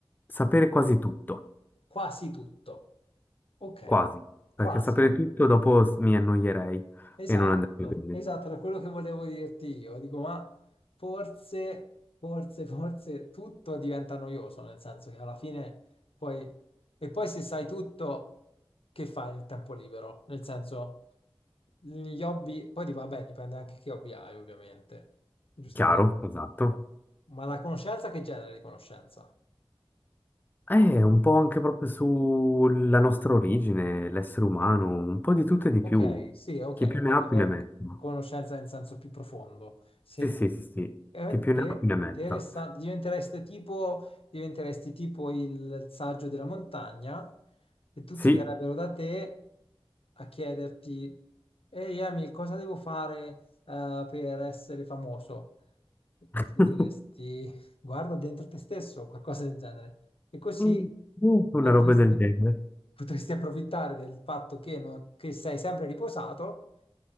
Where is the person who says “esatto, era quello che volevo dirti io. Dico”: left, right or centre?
Left